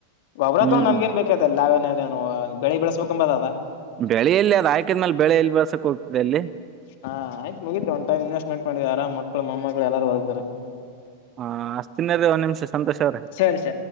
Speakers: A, on the left (about 50°); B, on the right (about 30°).
A: ಗೊಬ್ರ
B: ಹ್ಮ್
A: ತೊಂಡ್ ನಮ್ಗೇನ್ ಬೇಕು. ದಲ್ಲ ೇನಾರೇ ಬೆಳಿ ಬೆಳೆಸ್ಬೇಕಕಂಬದದ.
B: ಬೆಳೆಯಲ್ಲಿ ಅದು ಆಯಕಿದ ಮೇಲೆ ಬೆಳೆ ಎೆಯಲ್ಲಿ ಬಳಸಕ್ ಹೋಗ್ತಿದೆ ಅಲ್ಲಿ.
A: ಹಾ ಆಯ್ತ್ ಮುಗತ್ ಒ್ ಟೈಮ ಇನ್ವೆಸ್್ಮೆಂ ಮಾಡ್ ಆರಾಮ ಮಮ್ಮ ಮಳ ಎಲ್ಲಾರ ಬರ್ತಾರೆ.
B: ಹ ಅಷ್ಟತಿನ್ರೀ ಒಂದ್ ನಿಮಿಷ ಸಂತೋಷ ಅವ್ರೆ.
A: ಸರಿ ಸರಿ